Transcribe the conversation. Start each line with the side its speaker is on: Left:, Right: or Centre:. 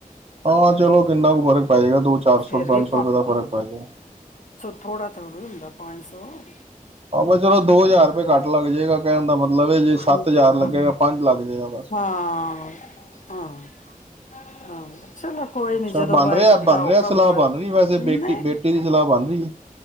Right: ਹਾਂ ਚਲੋ ਕਿੰਨਾ ਕੁ ਫ਼ਰਕ ਪੈ ਜਾਏਗਾ ਦੋ ਚਾਰ ਸੌ
Left: ਫੇਰ
Right: ਪੰਜ
Left: ਵੀ
Right: ਸੋ ਰੁਪਏ ਦਾ ਫਰਕ ਪੈ ਜਾਏਗਾ
Left: ਥੋੜ੍ਹਾਥੋ੍ਹਾ ਹੁੰ ਪੰਜ ਉਹ
Right: ਆਹ ਚਲੋ ਦੋ ਹਜ਼ਾਰ ਰੁਪਏ ਘੱਟ ਲੱਗ ਜਾਏਗਾ ਕਹਿਦਾ ਮਤਲਬ ਇਹ ਜੇ ਸੱਤ
Left: ਹਾਂ
Right: ਹਜ਼ਾਰ ਲੱਗੇਗਾ ਪੰਜ ਲੱਗ ਜਾਏਗਾ ਬਸ
Left: ਹਾਂ ਹਾਂ ਹਾਂ ਚਲੋ ਕੋਈ ਨੀ
Right: ਅੱਛਾ
Left: ਜਦੋਂ
Right: ਬਣ
Left: ਵਾਹਿਗੁਰ
Right: ਰਿਹਾ ਬਣ
Left: ਦਾ ਹੁਕਮ
Right: ਰਿਹਾ ਸਲਾਹ
Left: ਹੋਏ।
Right: ਬਣ ਰਹੀ ਵੈਸੇ
Left: ਨਹੀਂ,
Right: ਬੇਟੀ ਬੇਟੀ ਦੀ ਸਲਾਹ ਬਣ ਰਹੀ ਹੈ।